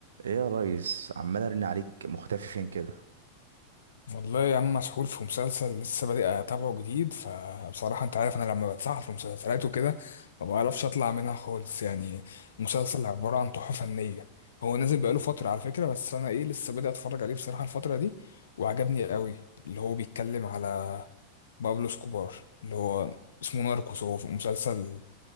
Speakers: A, on the right (about 65°); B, on the left (about 65°).
A: ايه يا ريس عمال ارن عليك مختفي فين كده
B: والله يا عم مسحول في مسلسل لسه بادئ اتابعه جديد فبصراحة انت عارف انا لما بتسحل في مسلسلات وكده ما بعرفش اطلع منها خالص يعني مسلسل عبارة عن تحفة فنية هو نازل بقاله فترة على فكرة بس انا ايه لسه بادئ اتفرج عليه بصراحة الفترة دي وعجبني قوي اللي هو بيتكلم على بابلو سكوبار اللي هو اسمه ناركوس هو في مسلسل